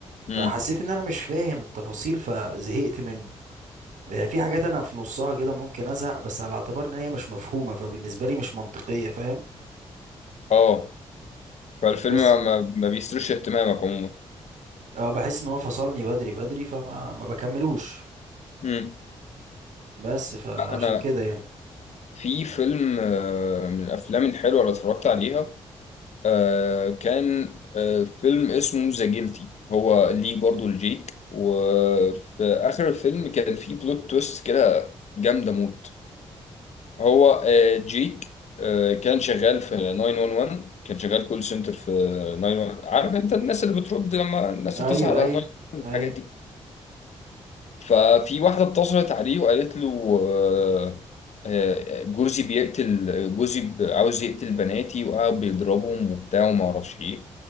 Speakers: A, on the left; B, on the right.
A: و...
B: فحسيت ان انا مش فاهم التفاصيل فزهقت منه آه، في حاجات انا في نصها كده ممكن ازهق بس على اعتبار ان هي مش مفهومة فبالنسبة لي مش منطقية فاهم
A: اه فالفيلم
B: بس
A: ما, ما, ما بيثيرش اهتمامك عموما
B: اه بحس ان هو فصلني بدري بدري فما ما بكملوش
A: امم
B: بس فعشان
A: لا انا
B: كده يعني
A: في فيلم آه، من الافلام الحلوه اللي اتفرجت عليها آه، كان آه، فيلم اسمه ذا جيلتي هو ليه برضو الجيك وفي اخر الفيلم كان في بلوت تويست كده جامده موت هو آه، جيك آه، كان شغال في 911 كان شغال كول سنتر في 911 عارف انت الناس اللي بترد لما الناس
B: ايوه
A: بتصحى على
B: ايوه
A: 911
B: ايوه
A: الحاجات دي ففي واحدة اتصلت عليه وقالت له آه، آه، جوزي بيقتل جوزي ب- عاوز يقتل بناتي وقاعد بيضربهم وبتاع وما اعرفش ايه